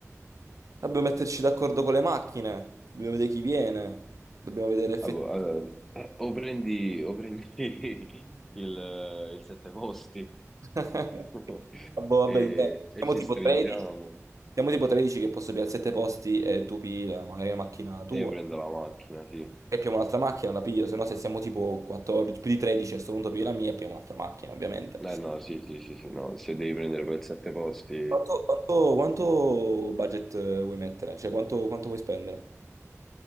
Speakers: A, on the right; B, in the centre.
A: Dobbiamo metterci d'accordo con le macchine. Dobbiamo vedere chi viene. Dobbiamo vedere effettivamente.
B: Ah, boh, allora, eh, o prendi, o prendi <laughs> il, eh, il sette posti
A: <laughs>
B: <laughs>
A: Ah, boh,
B: e,
A: vabbè, dipende.
B: e
A: siamo
B: ci
A: tipo
B: stringiamo
A: 13. Siamo tipo 13 che posso pigliare 7 posti e tu pigli la- magari la macchina tua.
B: e io prendo la macchina, sì.
A: E pigliamo un'altra macchina, la piglio. Se no, se siamo tipo 14, più di 13, a questo punto piglio la mia e pigliamo un'altra macchina, ovviamente.
B: Eh no, sì, sì, sì, sì, no, se devi prendere poi il sette posti,
A: Quanto, quanto- quanto budget eh, vuoi mettere? Cioè, quanto, quanto vuoi spendere?